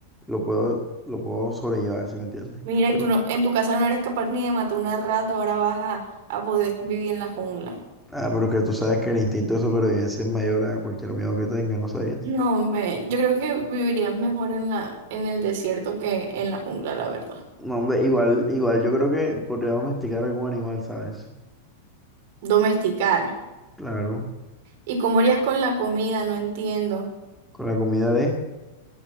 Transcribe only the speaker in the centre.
lo puedo, lo puedo sobrellevar, si me entiendes?
Pero-
ah, pero es que tú sabes que el instinto de supervivencia es mayor a cualquier miedo que tengas, ¿no sabías?
No, hombre, igual, igual yo creo que podría domesticar algún animal, ¿sabes?
Claro,
con la comida de...